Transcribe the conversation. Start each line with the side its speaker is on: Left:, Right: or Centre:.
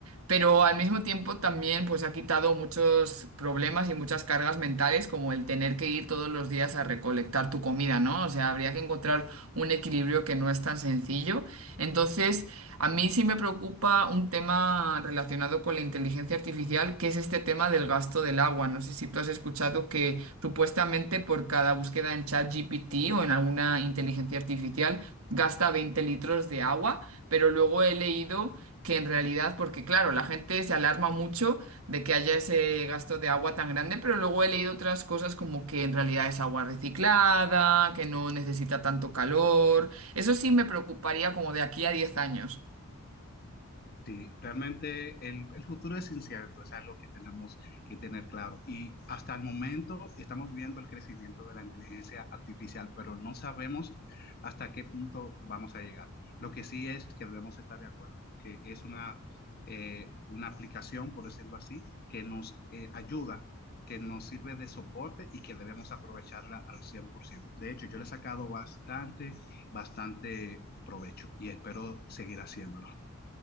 Right: pero al mismo tiempo también pues ha quitado muchos problemas y muchas cargas mentales, como el tener que ir todos los días a recolectar tu comida, ¿no? O sea, habría que encontrar un equilibrio que no es tan sencillo. Entonces, a mí sí me preocupa un tema relacionado con la inteligencia artificial, que es este tema del gasto del agua. No sé si tú has escuchado que supuestamente por por cada búsqueda en ChatGPT o en alguna inteligencia artificial gasta 20 litros de agua, pero luego he leído que en realidad, porque claro, la gente se alarma mucho de que haya ese gasto de agua tan grande, pero luego he leído otras cosas como que en realidad es agua reciclada, que no necesita tanto calor. Eso sí me preocuparía como de aquí a 10 años.
Left: Sí, realmente el, el futuro es incierto, es algo que tenemos que tener claro. Y hasta el momento estamos viendo el crecimiento de la inteligencia artificial, pero no sabemos hasta qué punto vamos a llegar. Lo que sí es que debemos estar de acuerdo con que es una, eh, una aplicación, por decirlo así, que nos eh, ayuda, que nos sirve de soporte y que debemos aprovecharla al 100%. De hecho, yo le he sacado bastante, bastante provecho y espero seguir haciéndolo.